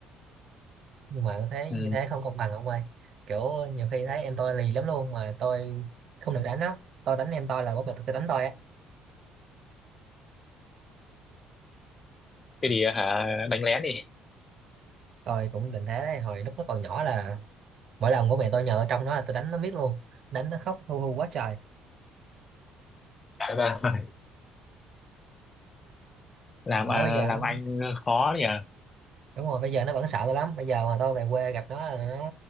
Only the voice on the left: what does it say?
Ừ.
thế thì hả đánh lén đi
Thế là <laughs> làm
à,
làm
anh ờ, khó nhỉ